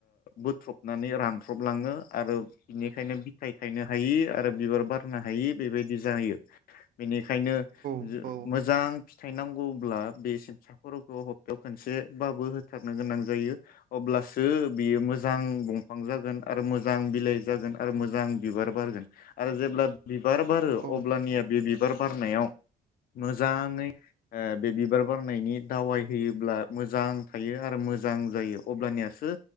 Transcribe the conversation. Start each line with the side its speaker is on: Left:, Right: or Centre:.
Left: बोथ्रबनानै रानथ्रबलाङो आरो बेनिखायनो बिथाय खायनो हायि आरो बिबार बारनो हायि बेबायदि जायो। बेनिखायनो
Right: बेफोरखौ बेयाव
Left: मोजां फिथाइ नांगौब्ला बे सिमसा खरखौ हप्तायाव खनसेबाबो होथारनो गोनां जायो अब्लासो बियो मोजां दंफां जागोन आरो मोजां बिलाइ आरो मोजां बिबार बारगोन आरो जेब्ला बिबार बारो अब्लानिया
Right: आरो
Left: बे बिबार बारनायाव मोजाङै ओ बे बिबार बारनायनि दावाय होयोब्ला मोजां थायो आरो मोजां जायो अब्लानियासो